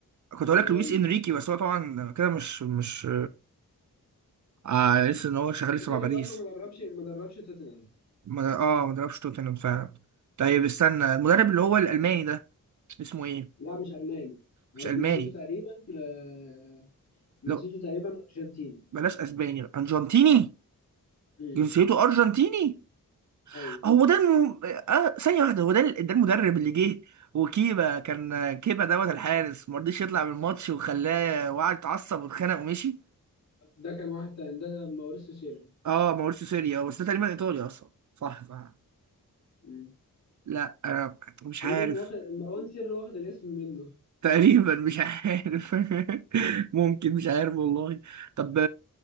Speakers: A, on the right; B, on the left.
A: كنت
B: ايوه
A: هقول لك لويس انريكي بس هو طبعا كده مش مش آه لسه ان هو شغال لسه
B: ممكن
A: مع
B: ديك
A: باريس
B: اصلا ما دربش ما دربش توتنهام
A: ما- اه ما دربش توتنهام فعلا طيب استنى المدرب اللي هو الألماني ده اسمه ايه؟
B: لا مش الماني آه،
A: مش
B: جنسيته
A: ألماني
B: تقريبا آه، جنسيته
A: لا
B: تقريبا ارجنتيني
A: بلاش اسباني بقى. ارجنتيني
B: امم
A: جنسيته ارجنتيني
B: ايوه
A: آه، هو ده الم... آه ثانيه واحده هو ده ال- ده المدرب اللي جه وكيبا كان كيبا دوت الحارس ما رضيش يطلع من الماتش وخلاه وقعد اتعصب واتخانق ومشي
B: ده كان واحد تاني ده موريسيو سيري
A: اه ماوريسيو سيريا بس ده تقريبا ايطالي اصلا صح صح
B: مم.
A: لا انا مش
B: تقريبا
A: عارف
B: واخد مروان سري واخد الاسم منه
A: تقريبا مش عارف <laughs> ممكن مش عارف والله طب